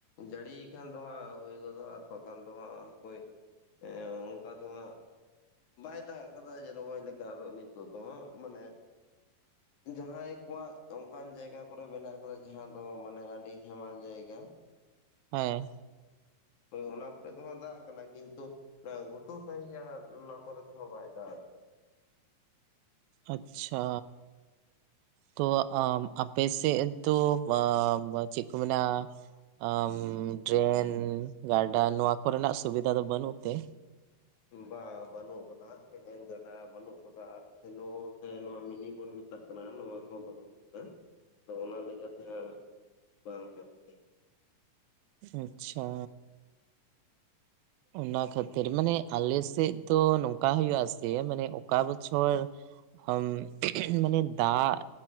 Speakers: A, on the left; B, on the right.
A: ᱡᱟᱹᱲᱤᱭ ᱠᱷᱟᱱ ᱫᱚ ᱦᱟᱸᱜ ᱦᱳᱭ ᱜᱚᱫᱚᱜᱼᱟ, ᱟᱨ ᱵᱟᱠᱷᱟᱱ ᱫᱚ ᱦᱟᱸᱜ ᱚᱠᱚᱭ ᱮᱸ ᱚᱱᱠᱟ ᱫᱚ ᱦᱟᱸᱜ ᱵᱟᱭ ᱫᱟᱜ ᱟᱠᱟᱫᱟ ᱡᱮ ᱨᱚᱦᱚᱭ ᱞᱮᱠᱟ ᱟᱫᱚ ᱱᱤᱛᱚᱜ ᱫᱚ ᱦᱟᱸᱜ, ᱢᱟᱱᱮ ᱡᱟᱦᱟᱸᱭ ᱠᱚᱣᱟᱜ ᱚᱱᱠᱟᱱ ᱡᱟᱭᱜᱟ ᱠᱚᱨᱮ ᱢᱮᱱᱟᱜ ᱟᱠᱟᱫᱟ ᱡᱟᱦᱟᱸ ᱫᱚ ᱢᱟᱱᱮ ᱟᱹᱰᱤ ᱦᱮᱢᱟᱞ ᱡᱟᱭᱜᱟ᱾
B: ᱦᱮᱸ᱾
A: ᱦᱳᱭ ᱚᱱᱟ ᱠᱚᱨᱮ ᱫᱚ ᱦᱟᱸᱜ ᱫᱟᱜ ᱠᱟᱱᱟ᱾ ᱠᱤᱱᱛᱩ ᱚᱱᱟ ᱜᱷᱩᱴᱩ ᱥᱟᱸᱦᱮᱡ ᱦᱟᱸᱜ ᱚᱱᱟ ᱠᱚᱨᱮ ᱫᱚ ᱦᱟᱸᱜ ᱵᱟᱭ ᱫᱟᱜ
B: ᱟᱪᱪᱷᱟ᱾ ᱛᱚ ᱟᱢ ᱟᱯᱮ ᱥᱮᱫ ᱫᱚ ᱵᱟ ᱵᱟ ᱪᱮᱫ ᱠᱚ ᱢᱮᱱᱟ ᱟᱢ ᱰᱨᱮᱱ, ᱜᱟᱰᱟ, ᱱᱚᱣᱟ ᱠᱚᱨᱮᱱᱟᱜ ᱥᱩᱵᱤᱫᱷᱟ ᱫᱚ ᱵᱟᱹᱱᱩᱜ ᱛᱮ?
A: ᱵᱟᱸ ᱵᱟᱹᱱᱩᱜ ᱠᱟᱫᱟ ᱦᱟᱸᱜ ᱠᱮᱱᱮᱞ ᱜᱟᱰᱟ ᱵᱟᱹᱱᱩᱜ ᱠᱟᱫᱟ ᱟᱨ ᱥᱮᱞᱳ ᱥᱮ ᱱᱚᱣᱟ ᱢᱤᱱᱤᱝ ᱵᱚᱱ ᱢᱮᱼᱼ ᱢᱮᱛᱟᱜ ᱠᱟᱱᱟ ᱱᱚᱣᱟ ᱦᱚᱸ ᱵᱟᱹᱱᱩᱜ ᱟᱠᱟᱫᱟ ᱟᱫᱚ ᱚᱱᱟ ᱞᱮᱠᱟ ᱛᱮ ᱦᱟᱸᱜ ᱵᱟᱝ ᱦᱟᱸᱜ ᱜᱮ ᱾
B: ᱟᱪᱪᱷᱟ᱾ ᱚᱱᱟ ᱠᱷᱟᱹᱛᱤᱨ᱾ ᱢᱟᱱᱮ ᱟᱞᱮ ᱥᱮᱫ ᱫᱚ ᱱᱚᱝᱠᱟ ᱦᱩᱭᱩᱜ ᱟᱥᱮ ᱢᱟᱱᱮ ᱚᱠᱟ ᱵᱚᱪᱷᱚᱨ ᱟᱢ <inaudible> ᱢᱟᱱᱮ ᱫᱟᱜ